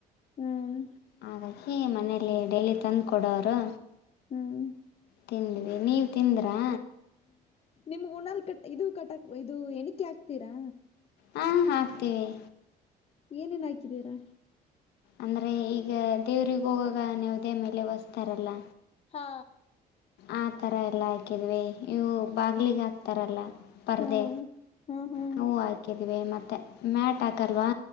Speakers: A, on the left (about 35°); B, on the left (about 75°).
A: ಹ್ಮ್
B: ಹಾಗಾಗಿ ಮನೇಲಿ ಡೈಲಿ ತಂದು ಕೊಡೋರು
A: ಹ್ಮ್
B: ತಿಿಂದವಿ ನೀವು ತಿಂದ್ರಾ
A: ನಿಮ್ ಉಊಣಲ್ ಕಟ್ ಇದು ಕಟಕ್ ಇದು ಎಣಿಕೆ ಆಕ್ತೀರಾ
B: ಹಾಂ ಹಾಕ್ತೀವಿ
A: ಏನೇನ್ ಹಾಕಿದೀರಾ
B: ಅಂದ್ರರೆ ಈಗ ದೇವ್ರರಿಗೆ ಹೋಗಾಗ ನೆವುದೇ ಮೇಲೆ ಸ್ತಾರಲ್ಲ
A: ಹಾ
B: ಆ ತರ ಎಲ್ಲಾ ಹಾಕಿದ್ವಿ ಇವು ಬಾಗ್ಲಿಗೆ ಹಾಕ್ತಾರಲ್ಲ ಪರ್ದೆ
A: ಹ್ಮ್ ಹ್ಮ್ ಹ್ಮ್
B: ಹವು ಹಾಕಿದೀವಿ ಮತ್ತೆ ಮ್ಯಾಟ್ ಹಾಕಲ್ವಾ